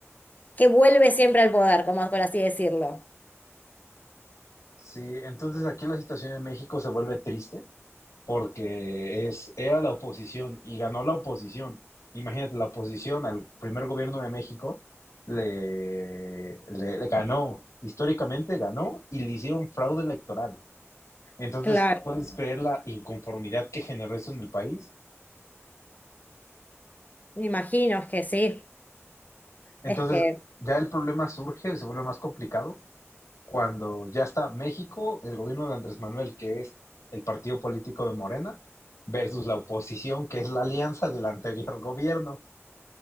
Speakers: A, on the left; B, on the left.
A: que vuelve siempre al poder, como por así decirlo.
B: Sí, entonces aquí la situación en México se vuelve triste porque es, era la oposición y ganó la oposición. Imagínate, la oposición al primer gobierno de México le, le- le ganó, históricamente ganó y le hicieron fraude electoral. Entonces,
A: Claro,
B: ¿puedes creer la inconformidad que generó eso en el país?
A: Me imagino es que sí,
B: Entonces,
A: es que,
B: ya el problema surge, se vuelve más complicado cuando ya está México, el gobierno de Andrés Manuel, que es el partido político de Morena, versus la oposición, que es la alianza del anterior gobierno.